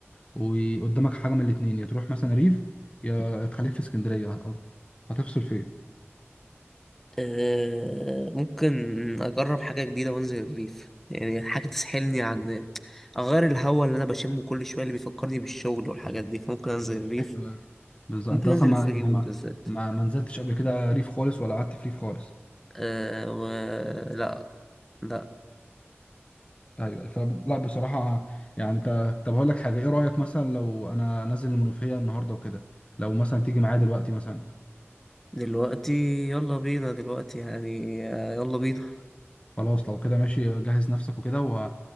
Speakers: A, on the left; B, in the centre.
A: وقدامك حاجه من الاتنين يا تروح مثلا ريف يا تخليك في اسكندريه هت- هتفصل فين
B: أه ممكن أجرب حاجة جديدة وأنزل الريف يعني حاجة تسحلني عن أغير الهوا اللي أنا بشمه كل شوية اللي بيفكرني بالشغل والحاجات دي فممكن أنزل الريف
A: ايوه بالظبط
B: ممكن
A: انت اصلا
B: أنزل
A: ما
B: الفيوم
A: يعني ما
B: بالذات
A: ما ما نزلتش قبل كده ريف خالص ولا قعدت في ريف خالص
B: أه و... لا لا
A: ايوه فلا بصراحه يعني انت طب هقول لك حاجه ايه رايك مثلا لو انا نازل المنوفيه النهارده وكده لو مثلا تيجي معايا دلوقتي مثلا
B: دلوقتي يلا بينا دلوقتي يعني آه، يلا بينا
A: خلاص لو كده ماشي جهز نفسك وكده و...